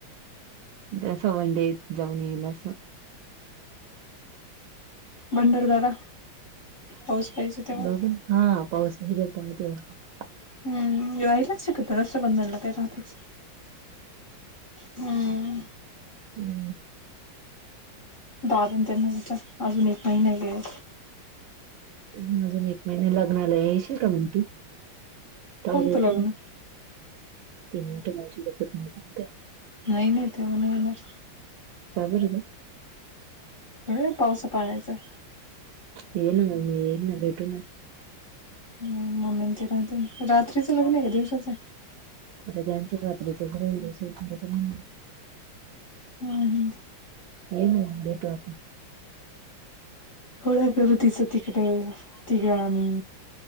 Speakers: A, on the right; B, on the left.
A: अस वन डे जाऊन येईल अस
B: भंडारदरा पाऊस पाहिजे तेव्हा
A: बघ हा पाऊस <unintelligible>
B: हम् राहिलच शकत रक्षाबंधनला काय <unintelligible> हम्म
A: हम्म.
B: दादन त्यांना <unintelligible> अजून एक महिना गेले
A: हम्म अजून एक महिना लग्नाला हाय येशील का म तू? <unintelligible>
B: कोणतं लग्न नाही नाही तेव्हा नाही होणार
A: काय बोलत
B: काय नाय पावसा पाण्याचं
A: येईल मग मी येई ना भेटू ना.
B: हम्म <unintelligible> रात्रीचं लग्न आहे का दिवसाचं?
A: आता त्याचं रात्रीच <unintelligible>
B: हा हा.
A: ये ना भेटूया आपण.
B: <unintelligible> तिकिटावर तिघ आम्ही